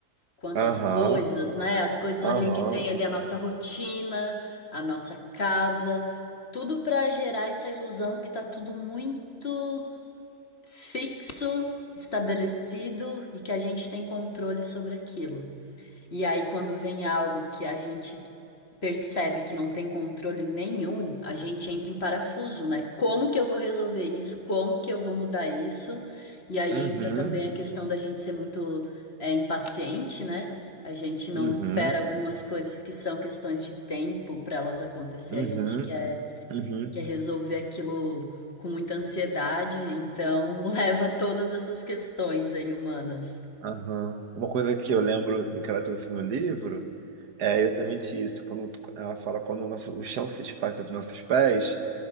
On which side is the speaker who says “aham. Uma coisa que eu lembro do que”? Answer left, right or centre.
Right